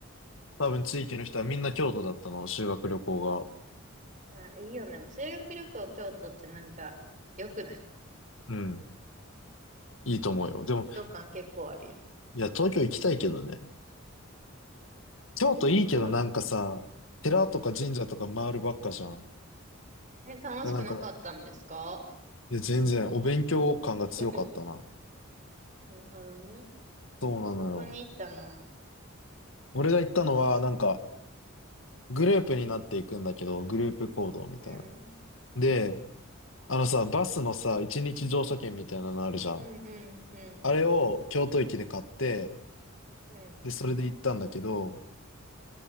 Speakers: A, on the left; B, on the right.
A: 多分地域の人はみんな京都だったの、修学旅行が。
B: あ、いいよね。修学旅行京都ってなんか、良くない
A: うん。いいと思うよ。
B: いいね。
A: でも、
B: 旅感結構あるよ。
A: いや、東京行きたいけどね。京都いいけどなんかさ、
B: え、そこ、
A: 寺とか神社とか回るばっかじゃん。
B: うん。え、楽しくなかったんですか
A: だなんか、いや、全然お勉強感が強かったな。
B: <laughs> なるほどね。
A: そうなのよ。
B: どこに行ったの
A: 俺が行ったのは、なんか、グループになっていくんだけど、グループ行動みたいな。
B: うん。
A: で、あのさ、バスのさ、一日乗車券みたいなのあるじゃん。
B: うんうんうん。
A: あれを京都駅で買って、
B: うん。
A: で、それで行ったんだけど、